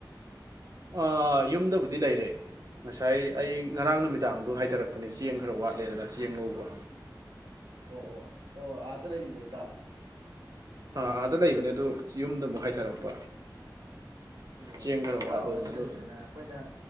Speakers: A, on the right; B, on the right.
A: ꯑꯥ ꯌꯨꯝꯗꯕꯨꯗꯤ ꯂꯩꯔꯦ ꯉꯁꯥꯏ ꯑꯩ ꯉꯔꯥꯡ ꯅꯨꯃꯤꯗꯥꯡꯗꯣ ꯍꯥꯏꯊꯔꯛꯄꯅꯦ ꯆꯦꯡ ꯈꯔ ꯋꯥꯠꯂꯦꯗꯅ ꯆꯦꯡ ꯂꯧꯕ
B: ꯑꯣ ꯑꯣ ꯑꯣ ꯑꯥꯗ ꯂꯩꯕꯤꯕ ꯏꯇꯥꯎ
A: ꯑꯥ ꯑꯥꯗ ꯂꯩꯕꯅꯦ ꯑꯗꯨ ꯌꯨꯝꯗ ꯑꯃꯨꯛ ꯍꯥꯏꯊꯔꯛꯄ
B: ꯑꯣ
A: ꯆꯦꯡ ꯈꯔ
B: ꯏꯇꯥꯎ
A: ꯋꯥꯠꯂꯦꯗꯅ
B: ꯑꯗꯨꯅꯅꯤꯗꯅ
A: ꯑꯗꯣ
B: ꯑꯩꯈꯣꯏꯅ